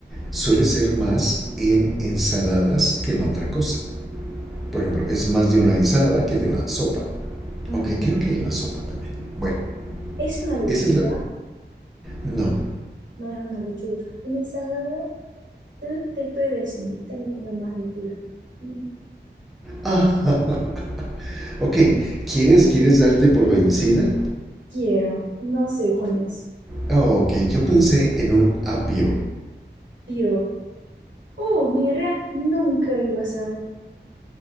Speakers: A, in the centre; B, on the right.
A: suele ser más en ensaladas que en otra cosa. Por ejemplo, es más de una ensalada que de una sopa.
B: Ujú.
A: Aunque creo que hay una sopa también. Bueno,
B: Es una lechuga.
A: esa es la... No,
B: No es una lechuga. Una ensalada. Te, te estoy diciendo, tengo que comer más verduras. Mm,
A: Ah, <laughs> ok.
B: No
A: ¿Quieres, quieres darte por vencida?
B: quiero. No sé con eso.
A: Ah, ok, yo pensé en un apio.
B: Yo, oh, mira, nunca iba a saber.